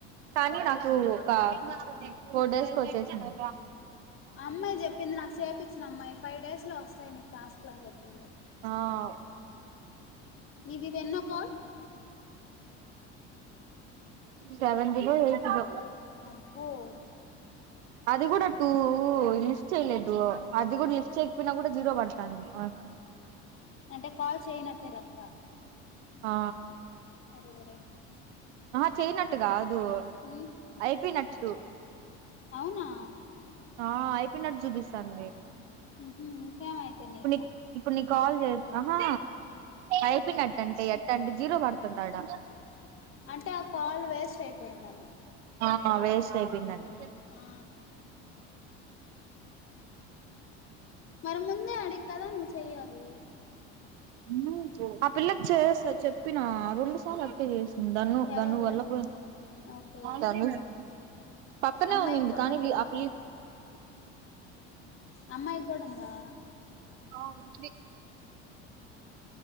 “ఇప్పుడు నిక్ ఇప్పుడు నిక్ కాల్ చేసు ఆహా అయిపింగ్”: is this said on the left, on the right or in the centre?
Right